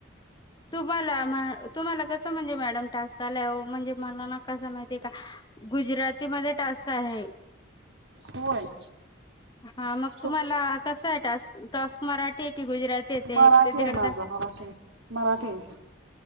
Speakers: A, on the left; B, on the right.
A: तुम्हाला मॅ तुमला कसं म्हणजे मॅडम टास्क आलाय ओ म्हणजे मला ना कस माहितीय का गुजराती मध्ये टास्क आहे.
B: होय!
A: हा मग तुम्हाला
B: तो
A: कस टास्क मराठी आहे की गुजराती? येते
B: मराठी
A: ते ते तिकडे
B: आहे, माझा मराठी मराठी आहे.